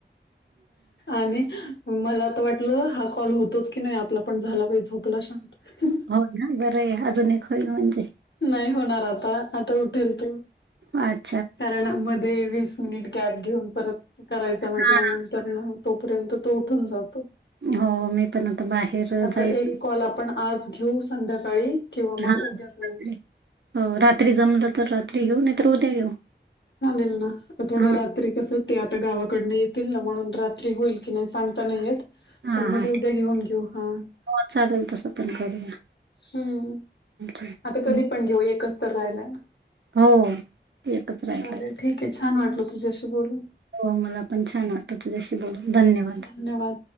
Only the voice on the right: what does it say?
हो ना बरंय अजून एक होईल म्हणजे
अच
हा
हो मी पण आता बाहेर
जायच
हा
र हो रात्री जमलं तर रात्री घेऊ नाही तरर उद्या घेऊ
हा
हा
हा
हो चालेल तसं पण करूया
हम्म.
हो एकच राहिला
आहे.
हो मला पण छान वाटतं तुझ्याशी बोलून धन्यवाद.